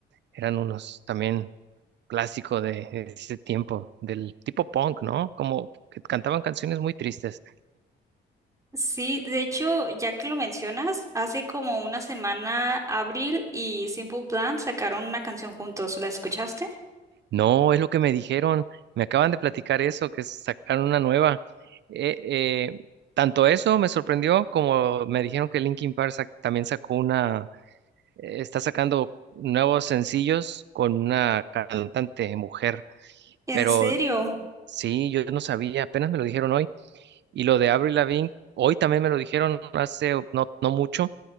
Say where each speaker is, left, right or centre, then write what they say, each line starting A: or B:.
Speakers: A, on the right (about 65°); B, on the right (about 15°).
A: eran unos también clásico de ese tiempo, del tipo punk, ¿no? Como que cantaban canciones muy tristes.
B: Sí, de hecho, ya que lo mencionas, hace como una semana Avril y Simple Plan sacaron una canción juntos. ¿La escuchaste?
A: No, es lo que me dijeron. Me acaban de platicar eso, que sacaron una nueva. Eh, eh, tanto eso me sorprendió como me dijeron que Linkin Park sac- también sacó una, eh, está sacando nuevos sencillos con una cantante mujer.
B: ¿En
A: Pero
B: serio?
A: sí, yo no sabía, apenas me lo dijeron hoy. Y lo de Avril Lavigne, hoy también me lo dijeron hace no, no mucho.